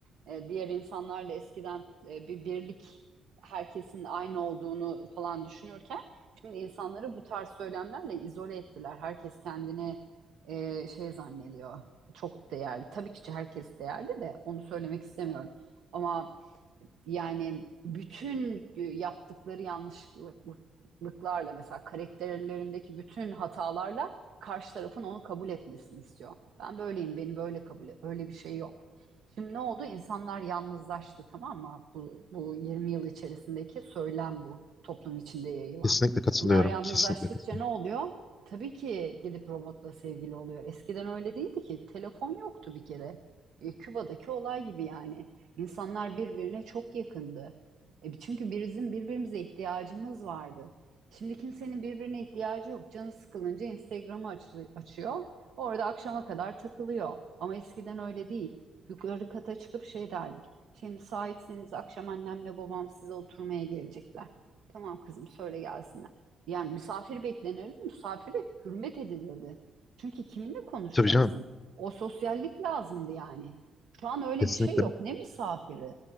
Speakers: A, on the right; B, on the left.
A: Ee, diğer insanlarla eskiden e, bir birlik, herkesin aynı olduğunu falan düşünürken şimdi insanları bu tarz söylemlerle izole ettiler. Herkes kendini e, şey zannediyor. Çok değerli. Tabii ki herkes değerli de onu söylemek istemiyorum. Ama yani bütün e, yaptıkları yanlışlıklarla mesela karakterlerindeki bütün hatalarla karşı tarafın onu kabul etmesini istiyor. Ben böyleyim, beni böyle kabul et. Öyle bir şey yok. Şimdi ne oldu? İnsanlar yalnızlaştı tamam mı? Bu, bu 20 yıl içerisindeki söylem bu toplum içinde yayılan.
B: Kesinlikle katılıyorum.
A: Bunlar yalnızlaştıkça
B: Kesinlikle katılıyorum.
A: ne oluyor? Tabii ki gidip robotla sevgili oluyor. Eskiden öyle değildi ki. Telefon yoktu bir kere. E, Küba'daki olay gibi yani. İnsanlar birbirine çok yakındı. E, çünkü bizim birbirimize ihtiyacımız vardı. Şimdi kimsenin birbirine ihtiyacı yok. Canı sıkılınca Instagram'ı açlı- açıyor. Orada akşama kadar takılıyor. Ama eskiden öyle değil. Yukarı kata çıkıp şey derdik. Şimdi müsaitseniz akşam annemle babam size oturmaya gelecekler. Tamam kızım söyle gelsinler. Yani misafir beklenirdi, misafire hürmet edilirdi. Çünkü kiminle konuşacaksın?
B: Tabii canım.
A: O sosyallik lazımdı yani. Şu an öyle
B: Kesinlikle.
A: bir şey yok. Ne misafiri?